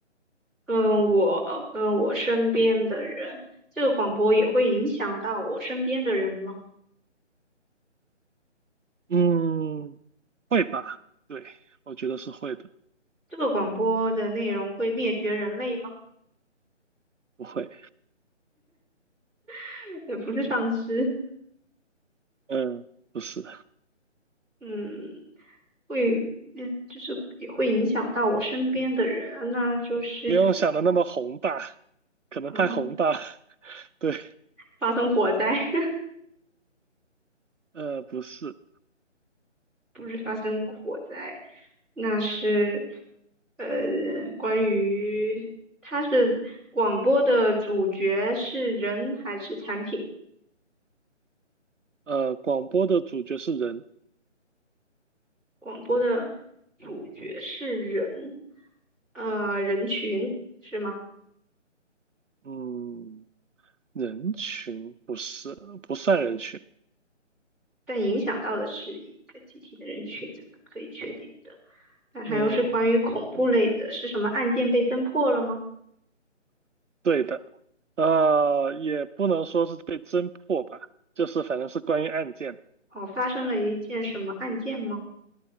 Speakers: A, in the centre; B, on the right.
A: 跟我跟我身边的人，这个广播也会影响到我身边的人吗？
B: 嗯，会吧？对，我觉得是会的，
A: 这个广播的内容会灭绝人类吗？
B: 不会。
A: <laughs> 也不是丧尸，
B: 嗯，不是。
A: 嗯，会，嗯，就是也会影响到我身边的人，那就是，
B: 不用想的那么宏大，可能太宏大。
A: 嗯，
B: <laughs> 对，
A: 发生火灾，<laughs>
B: 呃，不是，
A: 不是发生火灾，那是，呃，关于它是广播的主角是人还是产品？
B: 呃，广播的主角是人，
A: 广播的主角是人，呃，人群是吗？
B: 嗯，人群不是，不算人群，
A: 但影响到的是一个集体的人群，这个可以确定的。但还有是关于恐怖类的，
B: 嗯，
A: 是什么案件被侦破了吗？
B: 对的，呃，也不能说是被侦破吧，就是反正是关于案件，
A: 哦，发生了一件什么案件吗？